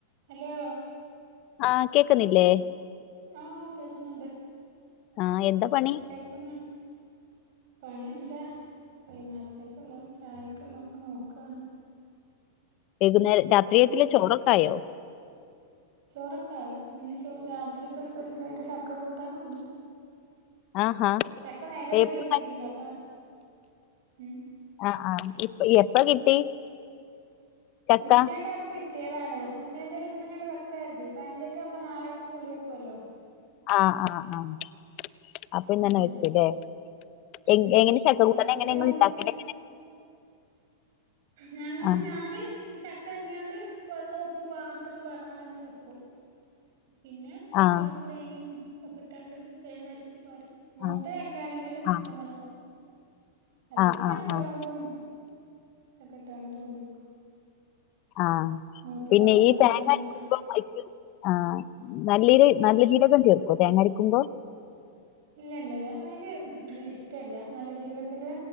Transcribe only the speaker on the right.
Hello
ആഹ് കേക്കുന്നുണ്ട്
കേൾക്കുന്നുണ്ട് പണി എന്താ വൈന്നേരത്തേക്കുള്ളതും ചായക്കുള്ള ഒക്കെ നോക്കാണ്
ഉം
ചോറൊക്കെ ആയി ഇന്ന് ചോ രാത്രിക്ക് സ്പെഷ്യലായിട്ട് ചക്ക കൂട്ടാനും ഉണ്ട്
ചക്ക നേരം വൈകിയ
കിട്ടീന അപ്പ ഉം
ഉച്ച ഒക്കെയായപ്പോം കി ട്ടിയതാണ് അപ്പ പിന്നെ എന്തായാലും ഇന്നെന്നെ അങ്ങട്ട് വെക്കാ കരുതി പഴഞ്ചക്ക ആകുമ്പോ നാളെയക്ക്‌ പുളിവെക്കുവല്ലോ
അങ്ങനെ
ഉം
അപ്പൊ രാത്രിയാവുമ്പോ
ഞങ്ങള്
ഞാന് ചക്ക അരിഞ്ഞാണ്ട് വെള്ളം ഉപ്പും മാ ത്രം പാർന്നാണ്ട് അങ്ങനെ വെക്കും പിന്നെ പച്ചള്ളം
തേങ്ങയും ഒകിട്ടാണ്ട് തേങ്ങ അരച്ചു പാരും മൂത്ത
ചക്കേണെങ്കിൽ
അങ്ങനെ വെക്കും അല്ലങ്കി
പച്ച
മുളകും
ഇതൊക്കെട്ടാണ്ട് തൂമിക്കും
മൂപ്പ്
കുറഞ്ഞതൊക്കെ
ആണെങ്കിലും
ഇല്ല ഇല്ല ഇല്ല അയിന്റെ ഇത് ഇഷ്ടല്ല നല്ല ജീരകത്തിന്റെ